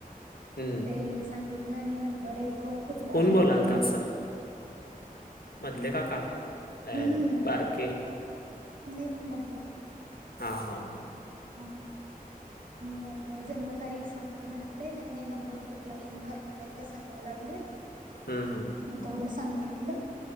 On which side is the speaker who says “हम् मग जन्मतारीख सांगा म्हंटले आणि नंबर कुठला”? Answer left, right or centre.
Right